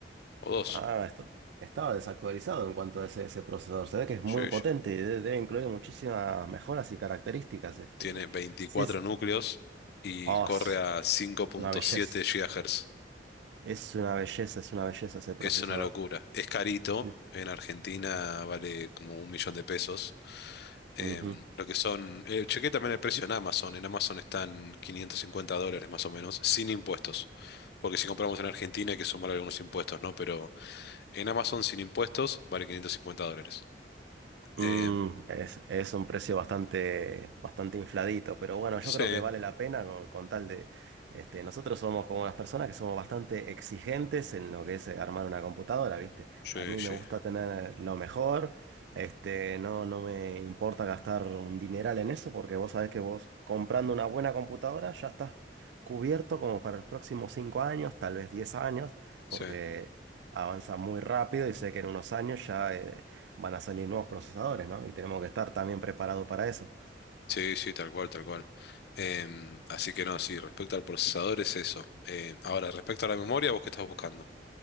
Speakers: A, on the left; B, on the right.
A: o dos.
B: Ah, está- estaba desactualizado en cuanto a ese, ese procesador. Se ve que es muy
A: Sí,
B: potente
A: sí.
B: y de- debe incluir muchísimas mejoras y características. Este,
A: Tiene veinticuatro
B: sí.
A: núcleos y
B: Oh,
A: corre
B: es
A: a cinco punto
B: una belleza.
A: siete GHz.
B: Es una belleza, es una belleza ese procesador.
A: Es una locura. Es carito.
B: Mm.
A: En Argentina vale como un millón de pesos.
B: Ujú.
A: em, lo que son, eh, chequé también el precio en Amazon. En Amazon están 550 dólares más o menos, sin impuestos. Porque si compramos en Argentina hay que sumar algunos impuestos, ¿no? Pero en Amazon sin impuestos vale 550 dólares.
B: Mm,
A: Em,
B: es, es un precio bastante, bastante infladito, pero bueno, yo
A: sí,
B: creo que vale la pena con, con tal de, este, nosotros somos como unas personas que somos bastante exigentes en lo que es eh, armar una computadora, ¿viste?
A: sí,
B: A mí
A: sí,
B: me gusta tener lo mejor, este, no, no me importa gastar un dineral en eso, porque vos sabés que vos comprando una buena computadora ya estás cubierto como para los próximos 5 años, tal vez 10 años, porque
A: sí,
B: avanza muy rápido y sé que en unos años ya... eh, van a salir nuevos procesadores, ¿no? Y tenemos que estar también preparados para eso.
A: sí, sí, tal cual, tal cual. Em, así que no, sí, respecto al procesador es eso. Em, ahora, respecto a la memoria, ¿vos qué estás buscando?